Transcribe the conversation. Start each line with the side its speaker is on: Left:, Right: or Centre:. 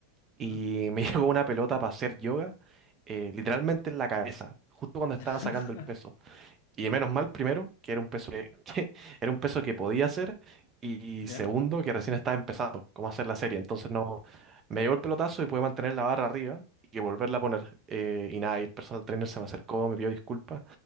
Right: y
Left: ¿Mm?
Right: me <laughs> llegó una pelota para hacer yoga, eh, literalmente en la cabeza, justo cuando
Left: <laughs>
Right: estaba sacando el peso. Y menos mal, primero, que era un peso que, <laughs> que era un peso que podía hacer, y
Left: ¿Ya?
Right: segundo, que recién estaba empezando, cómo hacer la serie. Entonces no, me llegó el pelotazo y pude mantener la barra arriba. Y volverla a poner. eh, y nada, y el personal trainer se me acercó, me pidió disculpas.